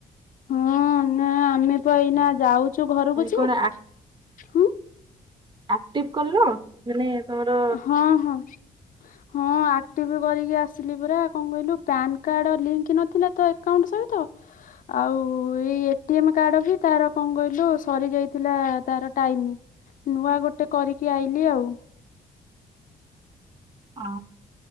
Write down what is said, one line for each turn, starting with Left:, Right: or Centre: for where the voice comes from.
Left: ହଁ ନା ଆମେ ବା ଏଇନା ଯାଉଛୁ ଘରକୁ
Right: ଆଉ
Left: ଯେ
Right: କଣ
Left: ହୁଁ।
Right: ଆକ୍ଟିଭ କଲୁ? ମାନେ ତମର
Left: ହଁ ହଁ। ହଁ ଆକ୍ଟିଭି କରିକି ଆସିଲି ପରା କଣ କହିଲୁ ପ୍ୟାନ କାର୍ଡ ଲିଙ୍କ ନଥିଲା ତ ଏକଉଣ୍ଟ ସହିତ।
Right: <unintelligible>
Left: ଆଉ ଏଇ ଏ ଟି ଏମ କାର୍ଡ ବି ତାର କଣ କହିଲୁ ସରି ଯାଇଥିଲା ତାର ଟାଇମ। ନୂଆ ଗୋଟେ କରିକି ଆଇଲି ଆଉ।
Right: ହଁ